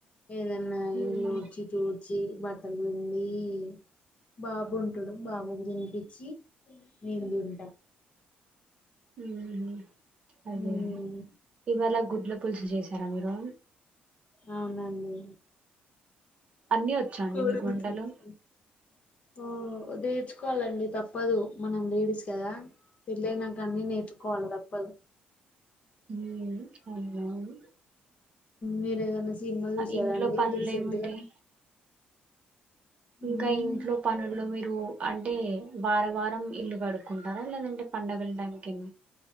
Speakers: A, on the left; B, on the right.
A: ఏదన్నా
B: ఉమ్
A: ఇల్ళడ్చి తూడ్చి బట్ట అలుడి <inaudible> బాబు ఉంటడు బాబు తినిపించి నేను తింటా
B: హ్మ్ హు అదే
A: మ్మ్
B: అదే ఇవల గుడ్ల పులుసు చేసారా మీరు
A: అవునండి
B: అన్నీ వచ్చాండి
A: కూరలు
B: మీకు వంటలు
A: తెచ్చుకో- ఓ తెేర్చుకోవాలండి తప్పదు మనం లేడీస్ కదా పెళ్లి అయినాక అన్ని నేర్చుకోవాలి తప్పదు
B: హ్మ్ అవునువును
A: మీరు ఏదన్నా సినిమా చూసారాడి
B: ఇంట్లో పనులు
A: రీసెంట్
B: ఏముంటాయి
A: గా
B: ఇంకా
A: మ్మ్
B: ఇంట్లో పనుల్లో మీ మీరు అంటే వారం వారం ఇల్లు కడుక్కుంటారా లేదంటే పండగల టైంకేన